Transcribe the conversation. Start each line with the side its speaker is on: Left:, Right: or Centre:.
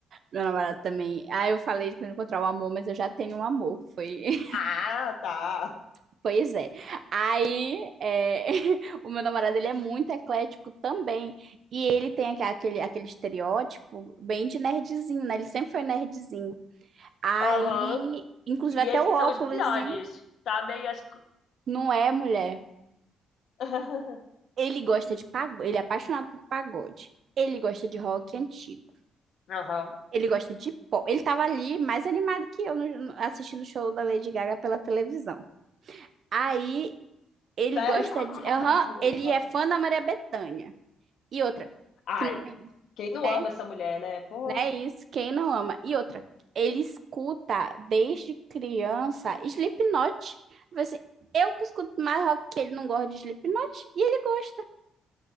Right: Meu namorado também. Ah, eu falei de encontrar o amor, mas eu já tenho um amor. Foi,
Left: Ah, tá.
Right: <laughs> pois é. Aí, é, <laughs> o meu namorado, ele é muito eclético também. E ele tem aque- aquele, aquele estereótipo bem de nerdzinho, né? Ele sempre foi nerdzinho. Aí,
Left: Aham.
Right: inclusive
Left: E
Right: até
Left: esses
Right: o óculos,
Left: são os melhores,
Right: hein?
Left: sabem? As... co-
Right: Não é, mulher.
Left: <laughs>
Right: Ele gosta de pagode, ele é apaixonado por pagode. Ele gosta de rock antigo.
Left: Aham.
Right: Ele gosta de pop. Ele tava ali mais animado que eu no- no- assistindo o show da Lady Gaga pela televisão. Aí ele
Left: Sério?
Right: gosta
Left: <laughs>
Right: de. Aham,
Left: Ai, Legal.
Right: ele é fã da Maria Bethânia. E outra,
Left: Ai,
Right: que não tem,
Left: quem não
Right: né?
Left: ama essa mulher, né? Pô,
Right: Não é isso, quem não ama. E outra, ele escuta desde criança Slipknot. Eu falei Assim, eu que escuto mais rock que ele não gosta de Slipknot e ele gosta.